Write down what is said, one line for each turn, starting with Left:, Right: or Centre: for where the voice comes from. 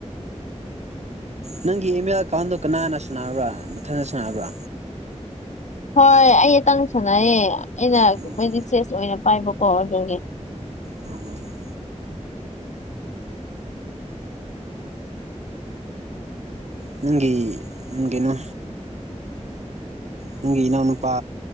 Right: ꯅꯪꯒꯤ ꯏꯃꯦꯜ ꯑꯦꯀꯥꯎꯟꯗꯣ ꯀꯅꯥꯅ ꯁꯨꯅꯔꯕ꯭ꯔꯥ ꯅꯊꯟꯅ ꯁꯥꯟꯅꯕ꯭ꯔꯥ
Left: ꯍꯣꯏ ꯑꯩꯇꯪ ꯁꯥꯟꯅꯩꯌꯦ ꯑꯩꯅ
Right: ꯎꯝ
Left: ꯑꯩꯗꯤ ꯆꯦꯁ ꯑꯣꯏꯅ ꯄꯥꯏꯕꯀꯣ ꯑꯗꯨꯒꯤ
Right: ꯎꯝ ꯅꯪꯒꯤ ꯎꯝ ꯒꯩꯅꯣ ꯅꯪꯒꯤ ꯏꯅꯥꯎꯅꯨꯄꯥ